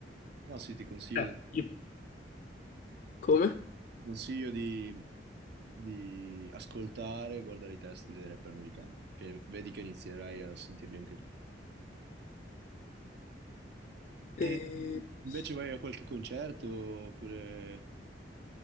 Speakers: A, on the right; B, on the left.
A: No, sì, ti consiglio
B: Eh,
A: di,
B: io- Come?
A: ti- ti consiglio di- di ascoltare e guardare i testi dei rapper americani, che vedi che inizierai a sentirli anche tu.
B: Eh,
A: E, invece
B: sì.
A: vai a qualche concerto oppure